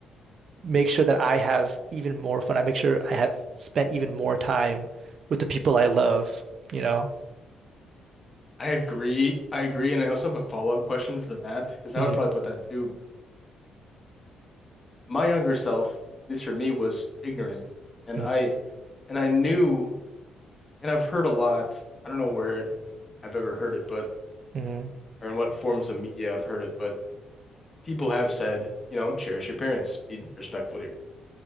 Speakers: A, on the right; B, on the left.
A: make sure that I have even more fun. I make sure I have spent even more time with the people I love, you know?
B: I agree. I agree, and I also have a follow-up question for that because I
A: Mm,
B: would probably put that too. But my younger self, at least for me, was ignorant, and
A: mm,
B: I, and I knew, and I've heard a lot. I don't know where I've ever heard it, but
A: mm,
B: or in what forms of media I've heard it, but. people have said, you know, cherish your parents, be respectful to your parents.